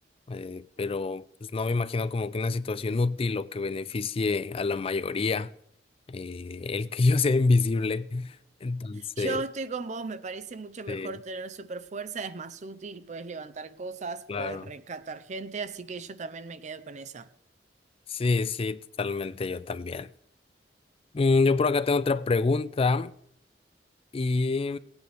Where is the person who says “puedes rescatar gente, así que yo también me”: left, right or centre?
Right